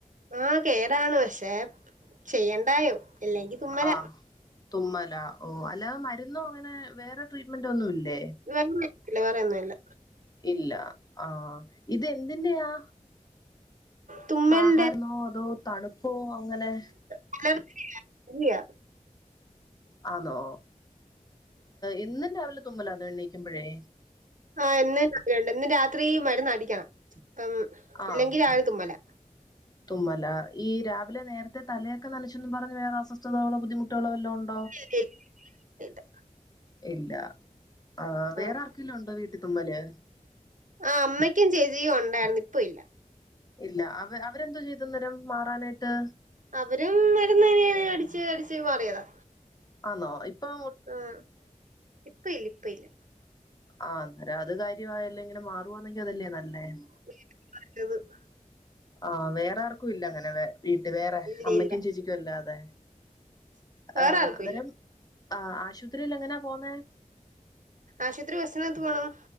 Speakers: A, on the right; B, on the left.
A: ആഹ് കേടാണ് പക്ഷേ ചെയ്യണ്ടായോ ഇല്ലെങ്കി തുമ്മല
B: ആഹ് തുമ്മല ഓ അല്ലാതെ മരുന്നും അങ്ങനെ വേറെ ട്രീറ്റ്മെന്റ് ഒന്നും ഇല്ലേ..
A: വേല്ല വറെയൊന്നും ഇല്ല..
B: ഇല്ല ആ ഇതന്തിന്റെയാ..
A: തുമ്മലിന്റെ
B: ആഹാരമോ അതോ തണുപ്പോ അങ്ങനെ..
A: പുള്ളേട്ത് ഇല്ല്യ..
B: ആണോ എന്നും രാവിലെ തുമ്മലാന്ന് എണീക്കുമ്പോഴെ
A: ആഹ എന്നുംണ്ട് എന്നും രാത്രി മരുന്ന് അടിക്കണം അപ്പം.
B: ആഹ
A: ഇല്ലെങ്കി രാവിലെ തുമ്മലാ.
B: തുമ്മല ഈ രാവിലെ നേരത്തെ തലയൊക്കെ നനച്ചു പറഞ്ഞഞ് വേറെ അസ്വസ്ഥതകളോ ബുദ്ധിമുട്ടുകളോ വല്ലോ ഉണ്ടോ
A: ഇല്ല ഇല്ല
B: ഇല്ല ആ വേറെ
A: ആഹ്
B: ആർക്കെിലോ ഉണ്ടോ വീട്ടത്തുമ്മല്..
A: ആ അമ്മയ്ക്കും ചേച്ചിക്കും ഉണ്ടായിരുന്നു ഇപ്പ ഇല്ല.
B: ഇല്ല അവ അവരെന്തോ ചെയ്ത നേേരം മാറാനായിട്ട്.
A: അവരും മരുന്ന തന്നെയാണ് അടിച്ച് അടിച്ചു മാറിയതാ..
B: ആന്നൊ ഇപ്പൊ.
A: മം ഇപ്പ ഇല്ല ഇപ്പ ഇല്ല..
B: ആഹ് അന്നേരം അത് കാര്യമായല്ലാം ഇങ്ങനെ മാറുവാന്നെങ്കിൽ അതല്ലേ നല്ലേ.
A: നല്ലത്
B: ആഹ വേറെ ആർക്കും ഇല്ല അങ്ങനെ വ.. വീട്ട് വേറെ
A: ഇല്ല
B: അമ്മയ്ക്കും
A: ഇല്ല.
B: ചേച്ചിക്കും അല്ലാതെ
A: വേറെ
B: ആഹ്
A: ആർക്കും
B: അന്നരം..
A: ഇല്ല.
B: ആഹ് ആശുപത്രിയിൽ എങ്ങനാ പോന്നേ..
A: ആശുപത്രി ബസ്സിനാത്ത് പോണം..